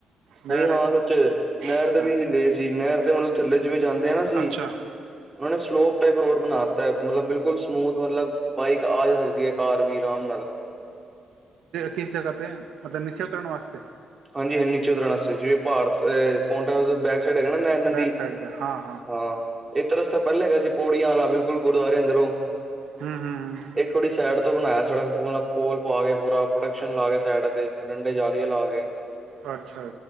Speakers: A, on the right; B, on the right.
A: ਨਹਿਰ
B: ਨਹੀਂ ਹਾਂ
A: ਚ
B: ਸੱਚ ਨਹਿਰ ਤੇ
A: ਹਾਂ।
B: ਵੀ ਅਸੀਂ ਗਏ ਸੀ ਨਹਿਰ ਤੇ ਮਤਲਬ ਥੱਲੇ ਚ ਵੀ ਜਾਂਦੇ ਆ ਨਾ ਸੀ
A: ਅੱਛਾ
B: ਉਹਨਾਂ ਨੇ ਸਲੋਪ ਟਾਈਪ ਰੋਡ ਬਣਾ ਦਿੱਤਾ ਹੈ, ਮਤਲਬ ਬਿਲਕੁਲ ਸਮੂਥ ਮਤਲਬ ਬਾਈਕ ਆ ਜਾ ਸਕਦੀ ਹੈ ਕਾਰ ਵੀ ਆਰਾਮ ਨਾਲ
A: ਕਿਸ ਜਗ੍ਹਾ ਤੇ ਮਤਲਬ ਨਿਚੇ ਉਤਰਨ ਵਾਸਤੇ
B: ਹਾਂਜੀ-ਹਾਂਜੀ ਨੀਚੇ ਉਤਰਨ ਵਾਸਤੇ ਜਿਵੇਂ ਪਾਹੜ ਪੋਟਾ ਸਾਹਿਬ, <unintelligible> ਏਦਾਂ ਦੀ
A: ਬੈਕ ਸਾਈਡ 'ਤੇ ਹਾਂ
B: ਹਾਂ। ਇਕ ਰਸਤਾ ਪਹਿਲਾਂ ਹੈਗਾ ਸੀ ਪੌੜੀਆਂ ਵਾਲਾ ਬਿਲਕੁਲ ਗੁਰਦੁਆਰੇ ਅੰਦਰੋਂ,
A: ਹੂੰ-ਹੂੰ-ਹੂੰ,
B: ਇੱਕ ਥੋੜੀ ਸਾਈਡ ਤੋਂ ਬਣਾਇਆ ਸੜਕ ਪੋਲ ਪਾ ਕੇ ਪੂਰਾ ਪ੍ਰੋਡਕਸ਼ਨ ਲਾ ਕੇ ਸਾਈਡ ਤੇ ਡੰਡੇ ਜਾਲੀਏ ਲਾ ਕੇ,
A: ਅੱਛਾ,